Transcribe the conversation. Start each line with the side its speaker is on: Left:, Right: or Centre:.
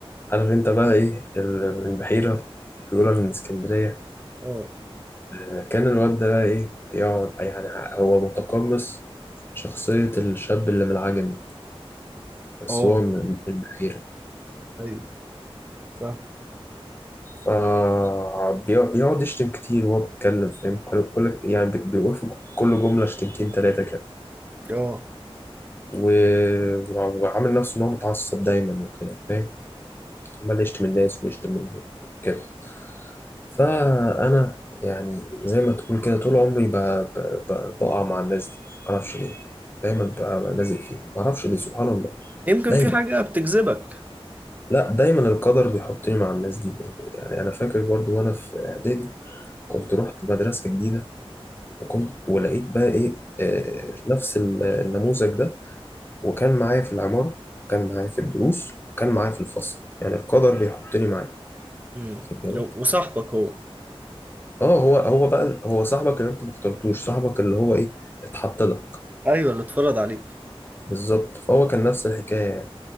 Left: عارف انت بقى ايه ال- من البحيرة بيقول أنا من اسكندرية
Right: اه
Left: آه، كان الواد ده بقى ايه بيقعد يعني هو متقمص شخصية الشاب اللي من العجمي بس
Right: اه
Left: هو من من البحيرة
Right: ايوه فاهم
Left: فبيقعد يشتم كتير وهو بيتكلم فاهم كل كل- يعني بي- بيقول في كل جملة شتمتين تلاتة كده
Right: اه
Left: و... وع- وعامل نفسه إن هو متعصب دايما وكده فاهم عمال يشتم الناس ويشتم ال- كده فأنا يعني زي ما تقول كده طول عمري ب... ب... ب... بقع مع الناس دي معرفش ليه دايما بقى بقى لازق فيهم معرفش ليه سبحان الله
Right: يمكن
Left: دايما
Right: في حاجه بتجذبك
Left: لا دايما القدر بيحطني مع الناس دي يعني أنا فاكر برضو وأنا في إعدادي كنت
Right: آه.
Left: رحت مدرسة جديدة وكنت ولقيت بقى ايه آه، نفس ال- النموذج ده وكان معايا في العمارة وكان معايا في الدروس وكان معايا في الفصل يعني القدر بيحطني معاه
Right: أمم.
Left: واخد بالك
Right: وصاحبك هو
Left: اه هو هو بقى ال- هو صاحبك اللي انت ما اخترتوش صاحبك اللي هو ايه اتحط لك
Right: ايوه اللي اتفرض عليك
Left: بالظبط فهو كان نفس الحكاية يعني